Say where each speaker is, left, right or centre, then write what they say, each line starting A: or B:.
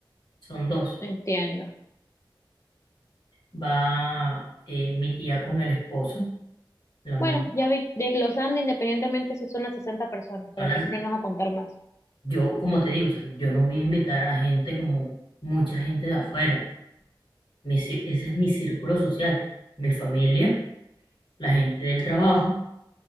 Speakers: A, on the left; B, on the left.
A: Son dos.
B: entiendo.
A: Va eh, mi tía con el esposo, la mamá.
B: Bueno, ya vi, desglosando independientemente si son las sesenta personas, ¿para
A: Son las-
B: qué ponernos a contar más?
A: yo, como te digo, o sea, yo no voy a invitar a gente como mucha gente de afuera. Mi ci- ese es mi círculo social, mi familia, la gente del trabajo